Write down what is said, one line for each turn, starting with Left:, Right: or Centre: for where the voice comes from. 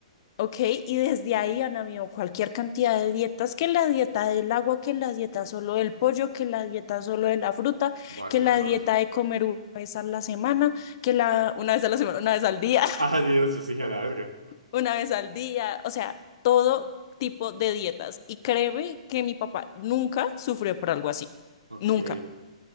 Left: ¿ok? Y desde ahí han habido cualquier cantidad de dietas, que la dieta del agua, que la dieta solo del pollo, que la dieta solo de la fruta,
Right: guau,
Left: que
Right: qué
Left: la
Right: horror.
Left: dieta de comer una vez a la semana, que la una vez a la semana, una vez al día.
Right: <laughs> Adiós, yo sí dije a la verga.
Left: una vez al día, o sea, todo tipo de dietas. Y créeme que mi papá nunca sufrió por algo así.
Right: Ok.
Left: Nunca.